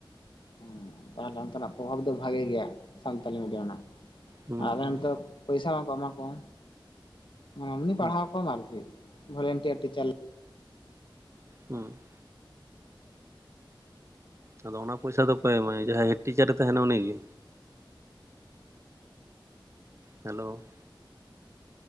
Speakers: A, on the left; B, on the right.
A: ᱦᱮᱸ ᱛᱟᱦᱚᱞᱮ ᱚᱱᱛᱮ ᱱᱟᱜ ᱯᱨᱚᱵᱷᱟᱵ ᱫᱚ ᱵᱷᱟᱜᱮ ᱜᱮᱭᱟ᱾ ᱥᱟᱱᱛᱟᱞᱤ ᱢᱤᱰᱤᱭᱟᱢ ᱨᱮᱱᱟᱜ
B: ᱦᱩᱸ
A: ᱟᱞᱮ
B: ᱦᱩᱸ
A: ᱱᱚᱛᱮ ᱯᱚᱭᱥᱟ ᱵᱟᱝ-ᱠᱚ ᱮᱢᱟ ᱠᱚᱣᱟ᱾ ᱮᱢᱱᱤ
B: ᱦᱩᱸ
A: ᱯᱟᱲᱦᱟᱣ ᱠᱚᱢ ᱟᱨᱠᱤ ᱵᱷᱚᱞᱮᱱ-ᱴᱤᱭᱟᱨ ᱴᱤᱪᱟᱨ
B: ᱦᱩᱸ ᱟᱫᱚ ᱚᱱᱟ ᱯᱚᱭᱥᱟ ᱫᱚ ᱚᱠᱚᱭ ᱮᱢᱟᱭ ᱡᱟᱦᱟᱸᱭ ᱦᱮᱰ ᱴᱤᱪᱟᱨᱮ ᱛᱟᱦᱮᱱᱟ ᱩᱱᱤᱜᱮ? Hello.